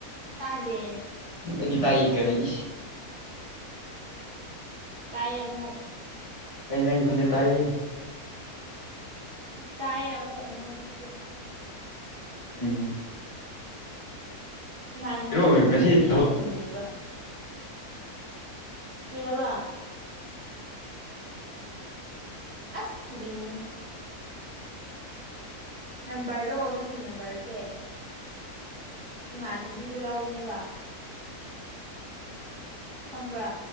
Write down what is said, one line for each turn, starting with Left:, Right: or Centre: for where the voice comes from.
Right: ꯇꯥꯗꯦ
Left: ꯑꯩꯗꯤ ꯇꯥꯏꯌꯦ ꯀꯔꯤꯏꯁ
Right: ꯇꯌꯦ ꯑꯃꯨꯛ
Left: ꯑꯩꯅ ꯑꯩꯒꯤ ꯈꯨꯟꯖꯦ ꯇꯏ
Right: ꯇꯥꯏ ꯑꯃꯣ ꯃꯖꯀ ꯇꯤ
Left: ꯎꯝ
Right: ꯏꯃꯅꯥꯕꯨꯅꯟꯅꯕꯤꯅ
Left: ꯀꯩꯅꯣ
Right: ꯄꯤꯕꯅꯦ
Left: ꯉꯁꯤ ꯊꯕꯛ
Right: ꯑꯩꯅ ꯅꯤꯕ ꯔꯤꯍꯥꯏꯕꯥ ꯑꯁꯀ꯭ꯔꯤꯅꯤ ꯅꯝꯕꯔꯗꯣ ꯅꯪꯒꯤ ꯅꯝꯕꯔꯁꯦ ꯏꯃꯥꯟꯅꯕꯤꯗ ꯂꯧꯕꯅꯦꯕ ꯈꯪꯕ꯭ꯔꯥ